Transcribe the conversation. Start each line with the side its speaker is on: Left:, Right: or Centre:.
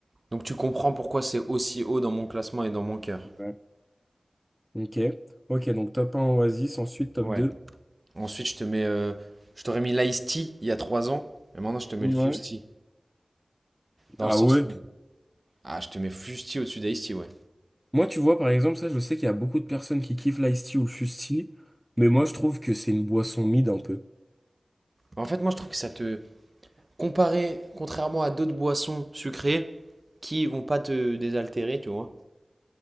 Right: donc tu comprends pourquoi c'est aussi haut dans mon classement et dans mon cœur.
Centre: Ouais. Ok. Ok, donc top un Oasis, ensuite top
Right: Ouais.
Centre: 2.
Right: Ensuite, je te mets, euh, je t'aurais mis l'Ice Tea il y a trois ans, et maintenant je te mets
Centre: Ouais.
Right: le Fuse Tea. Dans
Centre: Ah
Right: le sens
Centre: ouais?
Right: où Ah, je te mets fusti au-dessus d'Aïsti, ouais.
Centre: Moi, tu vois, par exemple, ça, je sais qu'il y a beaucoup de personnes qui kiffent l'Ice Tea ou le fusti, mais moi, je trouve que c'est une boisson mid un peu.
Right: En fait, moi, je trouve que ça te. Comparé, contrairement à d'autres boissons sucrées qui vont pas te désaltérer, tu vois.